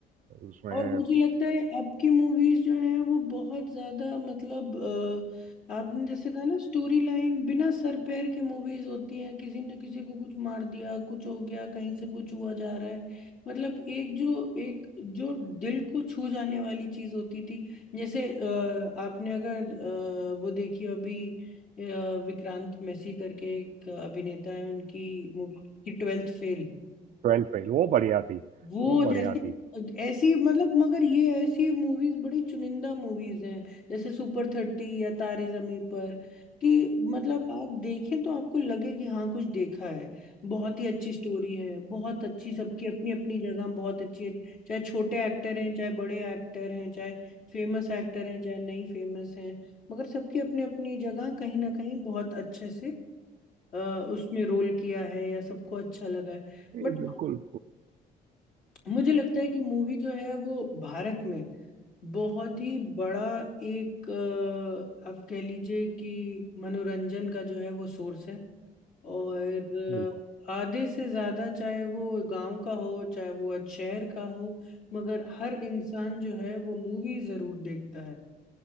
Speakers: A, on the right (about 50°); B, on the left (about 55°).
A: उसमें
B: और मुझे लगता है अब की मूवीज जो हैं वो बहुत ज्यादा मतलब अ, आपने जैसे कहा ना स्टोरी लाइन बिना सर पैर के मूवीज होती हैं किसी ने किसी को कुछ मार दिया कुछ हो गया कहीं से कुछ हुआ जा रहा है मतलब एक जो एक जो दिल को छू जाने वाली चीज होती थी जैसे अ, आपने अगर अ, वो देखी हो अभी अ, विक्रांत मैसी करके एक अभिनेता है उनकी मूवी की ट्वेल्थ फेल
A: ट्वेल्थ फेल वो बढ़िया थी
B: वो
A: वो
B: जैसे
A: बढ़िया थी
B: ऐसी मतलब मगर ये ऐसी मूवीज बड़ी चुनिंदा मूवीज हैं जैसे सुपर थर्टी या तारे जमी पर कि मतलब आप देखें तो आपको लगे कि हाँ कुछ देखा है बहुत ही अच्छी स्टोरी है बहुत अच्छी सबकी अपनी अपनी जगह बहुत अच्छी है चाहे छोटे एक्टर हैं चाहे बड़े एक्टर हैं चाहे फेमस एक्टर हैं चाहे नहीं फेमस हैं मगर सबकी अपनी अपनी जगह कहीं ना कहीं बहुत अच्छे से अ, उसमें रोल किया है या सबको अच्छा लगा है
A: ये
B: बट
A: बिल्कुल
B: मुझे लगता है कि मूवी जो है वो भारत में बहुत ही बड़ा एक अ, आप कह लीजिए कि मनोरंजन का जो है वो सोर्स है और
A: बिल्कुल
B: अ, आधे से ज़्यादा चाहे वो गांव का हो चाहे वो आज शहर का हो मगर हर इंसान जो है वो मूवी ज़रूर देखता है